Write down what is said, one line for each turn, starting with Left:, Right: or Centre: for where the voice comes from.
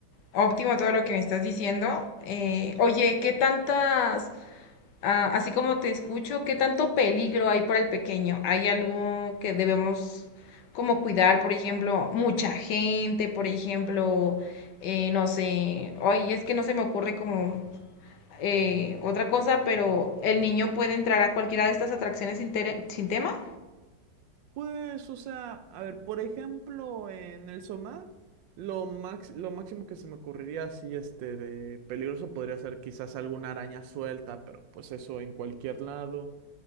Left: Óptimo todo lo que me estás diciendo. Eh, oye, ¿qué tantas, ah, así como te escucho, qué tanto peligro hay para el pequeño? ¿Hay algo que debemos como cuidar, por ejemplo, mucha gente, por ejemplo, eh, no sé, oye, es que no se me ocurre como eh, otra cosa, pero el niño puede entrar a cualquiera de estas atracciones sin, tere- sin tema?
Right: Pues, o sea, a ver, por ejemplo, en el Somat, lo max- lo máximo que se me ocurriría así, este, de peligroso podría ser quizás alguna araña suelta, pero pues eso en cualquier lado.